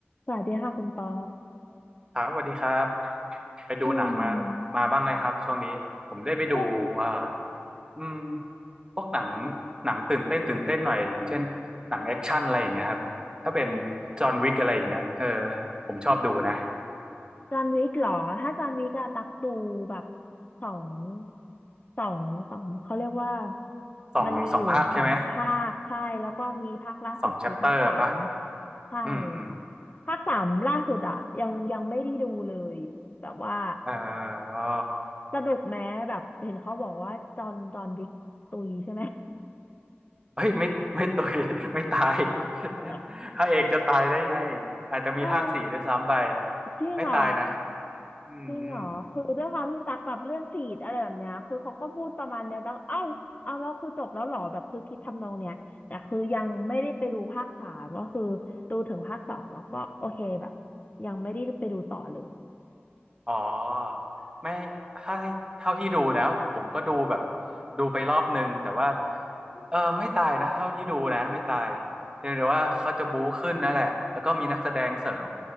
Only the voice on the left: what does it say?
สวัสดีค่ะคุณปอ
อืมเช่วก
จันวิกเหรอ ถ้าจันวิกอะตักดูแบบสองสองสองเขาเรียกว่า
มันมีอยู่สองภาคใช่แล้วก็มีภาคล่าสุดคือภาคสาม
ใช่ค่ะ
ภาคสามล่าสุดอะยังยังไม่ได้ดูเลยแบบว่า
สนุกแม้แบบเห็นเขาบอกว่าจอห์นจอห์นวิกตุยใช่ไหม
<laughs>
เออ จริงเหรอ
จริงเหรอคือด้วยความที่ตักแบบเลื่อนฟีดอะไรแบบเนี้ยคือเขาก็พูดประมาณเนี้ยแล้วเอ้าเอาแล้วคือจบแล้วเหรอแบบคือคิดทำนองเนี้ยแต่คือยังไม่ได้ไปดูภาคสามก็คือดูถึงภาคสองแล้วก็โอเคแบบยังไม่ได้ไปดูต่อเลย